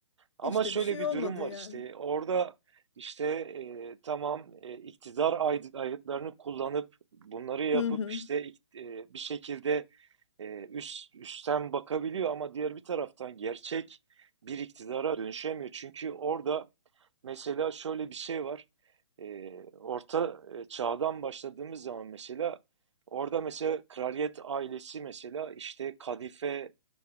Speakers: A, on the right; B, on the left.
A: Ama
B: Hiç
A: şöyle
B: de bir şey
A: bir
B: olmadı
A: durum var
B: yani.
A: işte orada işte e, tamam e, iktidar ay- ayıtlarını kullanıp bunları yapıp
B: Hı hı
A: işte ik- e, bir şekilde e, üst üstten bakabiliyor ama diğer bir taraftan gerçek bir iktidara dönüşemiyor. Çünkü orada mesela şöyle bir şey var. E, Orta e, Çağ'dan başladığımız zaman mesela orada mesela kraliyet ailesi mesela işte kadife